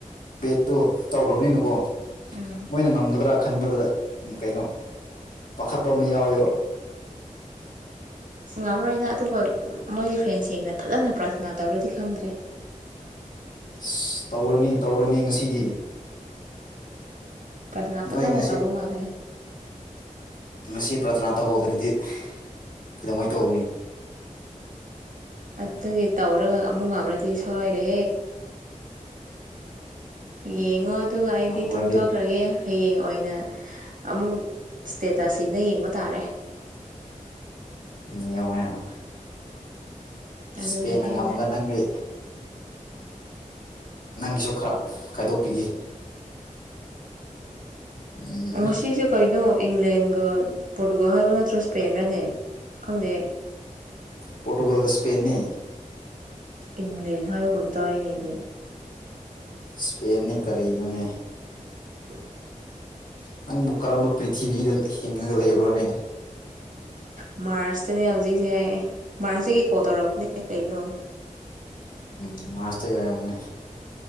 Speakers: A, on the left; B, on the right.
A: ꯕꯦꯠꯇꯣ ꯇꯧꯈ꯭ꯔꯕꯅꯤꯅꯀꯣ
B: ꯎꯝ
A: ꯃꯣꯏꯅ ꯉꯝꯒꯗ꯭ꯔꯥ ꯈꯟꯕꯗ ꯀꯩꯅꯣ ꯄꯥꯈꯠꯄ ꯑꯃ ꯌꯥꯎꯋꯦꯕ
B: ꯁꯨꯡꯉꯝꯔꯣꯏꯗ ꯑꯗꯨꯕꯨ ꯃꯣꯏꯒꯤ ꯐ꯭ꯔꯦꯟꯁꯤꯡꯅ ꯐꯖꯅ ꯄ꯭ꯔꯊꯅꯥ ꯇꯧꯔꯗꯤ ꯈꯪꯗ꯭ꯔꯦ
A: ꯑꯁ ꯇꯧꯔꯅꯤ ꯇꯧꯔꯅꯤ ꯉꯁꯤꯗꯤ
B: ꯄ꯭ꯔꯥꯊꯅꯥ ꯐꯖꯅ
A: ꯅꯣꯏ ꯉꯦꯁꯤ
B: ꯇꯧꯕ ꯃꯥꯜꯂꯦ
A: ꯉꯁꯤ ꯄ꯭ꯔꯊꯅꯥ ꯇꯧꯍꯧꯗ꯭ꯔꯗꯤ ꯀꯩꯗꯧꯉꯩ ꯇꯧꯒꯅꯤ
B: ꯑ ꯇꯧꯔꯒ ꯑꯃꯨꯛ ꯉꯅꯗꯤ ꯁꯣꯏꯔꯦ ꯌꯦꯡꯉꯣ ꯑꯗꯨꯒ ꯑꯩꯗꯤ
A: ꯉꯝꯈ꯭ꯔꯗꯤ
B: ꯇꯣꯡꯊꯣꯛꯈ꯭ꯔꯒꯦ ꯍꯌꯦꯡ ꯑꯣꯏꯅ ꯑꯃꯨꯛ ꯁ꯭ꯇꯦꯇꯁꯁꯤꯡꯅ ꯌꯦꯡꯕ ꯇꯥꯔꯦ
A: ꯌꯦꯃ ꯌꯥꯝꯃ ꯏꯁꯄꯦꯟꯅ
B: ꯑꯗꯨꯅ ꯍꯦꯟꯅ
A: ꯉꯝꯃꯒ ꯅꯪꯒꯤ ꯅꯪꯒꯤꯁꯨ ꯈꯔ ꯈꯥꯏꯗꯣꯛꯄꯤꯒ ꯎꯝ
B: ꯉꯁꯤꯁꯨ ꯀꯩꯅꯅꯣ ꯏꯪꯂ꯭ꯂꯦꯟ ꯄꯣꯔꯇꯨꯒꯜ ꯍꯥꯏꯕ ꯅꯠꯇ꯭ꯔꯣ ꯏꯁꯄꯦꯟ ꯍꯥꯏꯅꯦ ꯈꯪꯗꯦ
A: ꯄꯣꯣꯔꯇꯨꯒꯜꯒ ꯁꯄꯦꯟꯅꯤ
B: ꯏꯪꯂꯦꯟ ꯍꯥꯏꯕꯒꯨꯝꯇꯥꯏꯅꯦꯗꯤ
A: ꯏꯁꯄꯦꯟꯅꯤ ꯀꯔꯤꯅꯅꯦ
B: ꯑꯝ
A: ꯅꯪꯕꯨ ꯀꯔꯝꯕ ꯄ꯭ꯔꯤꯊꯤꯕꯤꯗ ꯍꯤꯡꯉꯒ ꯂꯩꯕ꯭ꯔꯣꯅꯦ
B: ꯎ ꯃꯥꯔꯁꯇꯅꯦ ꯍꯧꯖꯤꯛꯁꯦ ꯃꯥꯔꯁꯇ ꯀꯩꯀꯣꯜ ꯇꯧꯔꯛꯄꯅꯦ ꯀꯩꯅꯣ
A: ꯎꯝ ꯃꯥꯁꯇ ꯑꯣꯏꯔꯦ ꯃꯅꯤ